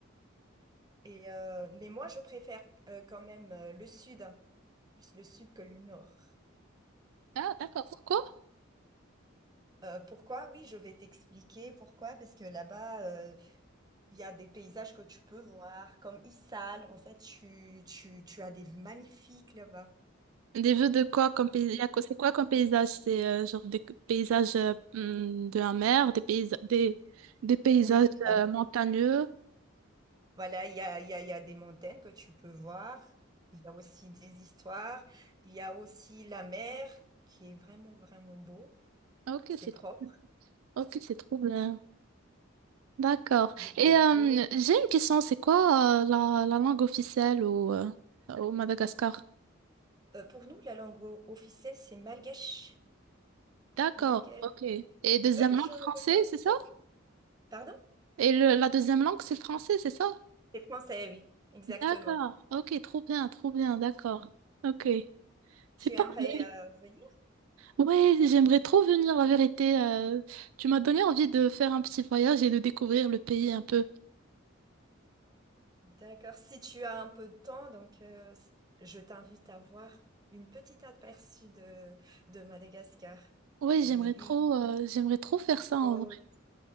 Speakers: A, on the right; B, on the right.
A: Et, euh, mais moi, je préfère euh, quand même euh, le sud, hein. plus le sud que le nord.
B: Ah, d'accord. Pourquoi?
A: Euh, pourquoi? Oui, je vais t'expliquer pourquoi. Parce que là-bas, euh, Il y a des paysages que tu peux voir, comme Issal. En fait, tu, tu, tu as des vues magnifiques là-bas.
B: Des vues de quoi comme paysage? C'est quoi comme paysage? C'est euh, genre des paysages euh, hmm, de la mer, des paysages, des, des paysages
A: Oui, de la
B: euh,
A: mer.
B: montagneux.
A: Voilà, il y a, il y a, il y a des montagnes que tu peux voir. Il y a aussi des histoires. Il y a aussi la mer qui est vraiment, vraiment beau.
B: Ok,
A: C'est
B: c'est
A: propre.
B: trop, ok, c'est trop bien. D'accord.
A: Il
B: Et
A: est
B: euh,
A: bleu.
B: j'ai une question, c'est quoi euh, la, la langue officielle au, euh, au Madagascar?
A: Euh, pour nous, la langue o- officielle, c'est malgache.
B: D'accord,
A: Malgache.
B: ok. Et deuxième
A: Tu veux que
B: langue
A: je, je
B: français,
A: te
B: c'est ça?
A: ça Pardon?
B: Et le, la deuxième langue, c'est le français, c'est ça?
A: C'est français, oui. Exactement.
B: D'accord, ok, trop bien, trop bien, d'accord. Ok, c'est
A: Tu
B: parfait.
A: aimerais euh, venir?
B: Ouais, j'aimerais trop venir, la vérité. euh, tu m'as donné envie de faire un petit voyage et de découvrir le pays un peu.
A: D'accord. Si tu as un peu de temps, donc euh, s- je t'invite à voir une petite aperçue de, de Madagascar.
B: Ouais,
A: Les
B: j'aimerais
A: villes,
B: trop, euh, j'aimerais trop faire ça en
A: côtes.
B: vrai.